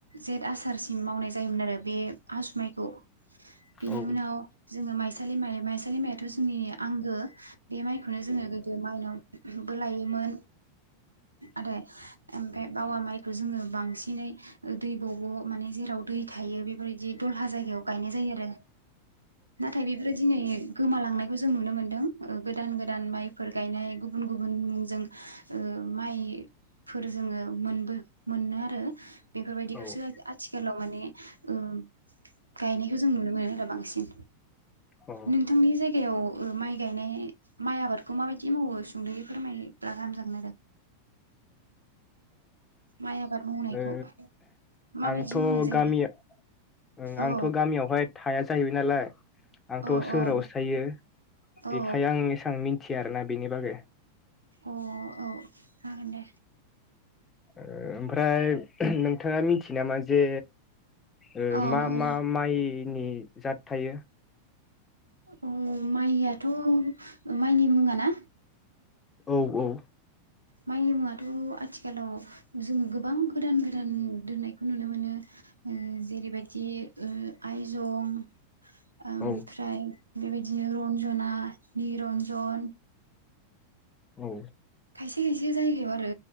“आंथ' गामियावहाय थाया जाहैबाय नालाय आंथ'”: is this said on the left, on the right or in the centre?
Left